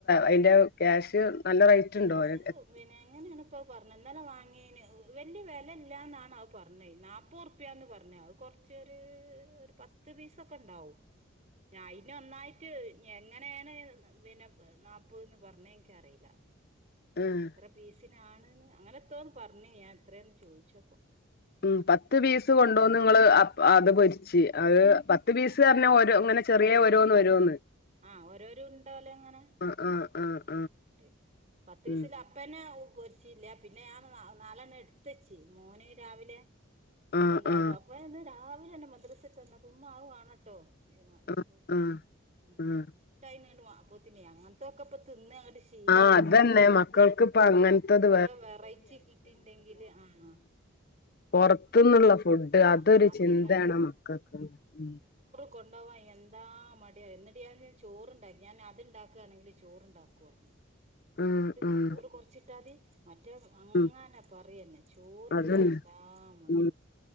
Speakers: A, on the left; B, on the right.
A: അതിന്റെ ക്യാഷ് നല്ല റേറ്റ്
B: ക്യാഷ്
A: ഉണ്ടോ ഏഹ്
B: പിന്നെ എങ്ങനെയാണ് ഇപ്പ പറഞ്ഞത് ഇന്നലെ വാങ്ങിയന് വല്യ വെല ഇല്ല്യാന്നാണ് അഹ് പറഞ്ഞത് പ്പുർപ്പ്യാന്ന് പറഞ്ഞ അത് കൊറച്ചൊരു പത്ത് പീസൊക്കെ ഉണ്ടാവും ഞയിന് ഒന്നായിട്ട് ഞ് എങ്ങനേണ് പിന്നെ നാപ്പന്ന് പറഞ്ഞെ എനിക്കറീല്ല
A: ഏഹ്
B: എത്ര പീസിനാണ്ന്ന് അങ്ങനെ എത്തോന്ന് പറഞ്ഞ് ഞാൻ എത്രയാന്ന് ചോയിച്ചപ്പം
A: ഉം പത്ത് പീസ് കൊണ്ടോന്ന്ങ്ങള് അ അത് പൊരിച്ച് അഹ് പത്ത് പീസ്
B: ആ
A: പറഞ്ഞ ഓരോ ഇങ്ങനെ ചെറിയ ഓരോന്നോരോന്ന്
B: ആഹ് ഓരോര ഉണ്ടോലെങ്ങനെ
A: ആഹ് ആഹ് ആഹ്
B: <unintelligible> പത്ത് പീസ്
A: ഉം
B: ലാ അപ്പനെ പൊരിച്ചില്ല പിന്നെ ഞാൻ നാലെണ്ണ എടുത്തെച്ച് മോന് രാവിലെ
A: ആഹ്
B: കൊണ്ടാവ
A: ആഹ്
B: അപ്പ എന്ന് രാവിലെ തന്നെ മദ്രസ വിട്ട് വന്നപ്പം ഉമ്മ അത് വാണട്ടോ
A: ആഹ്
B: സ്കൂൾ
A: ആഹ്
B: ഉം
A: ആഹ്
B: ഇഷ്ടായി <unintelligible> വാ അപ്പോത്തിന് അങ്ങനത്തെക്കെ ഇപ്പ തിന്ന്ങ്ങ ശീലായി
A: ആഹ് അതന്നെ
B: പോയി മക്കക്കേ
A: മക്കൾക്ക് ഇപ്പ അങ്ങനത്തത്
B: എന്താ വെറൈറ്റി കിട്ടിണ്ടെങ്കില് ആഹ് ആഹ്
A: പൊറത്ത്ന്ന്ള്ള ഫുഡ്
B: ആഹ്
A: അതൊരു
B: അത്ങ്ങട്ട്
A: ചിന്തയാണ് മക്കക്ക് ഉം
B: കൊണ്ടോവാ എന്താ മടിയ എന്നിട്ട് ചോറ്ണ്ടാക്കി ഞാൻ അത്ണ്ടാക്ക കാണെങ്കില് ചോറ്ണ്ടാക്കു ഇന്നട്ട്
A: ഉം ഉം
B: ചോറ് കൊറച്ചിട്ടാതി മറ്റേ അങ്ങനെ
A: ഉം
B: പറയന്നെ ചോറ്
A: അതന്നെ
B: തിന്നാൻന്താ മടി
A: ഉം